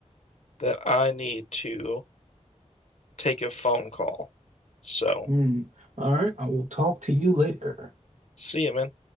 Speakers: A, on the left; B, on the right.
A: that I need to take a phone call. So,
B: mm. all right, I will talk to you later.
A: see you, man.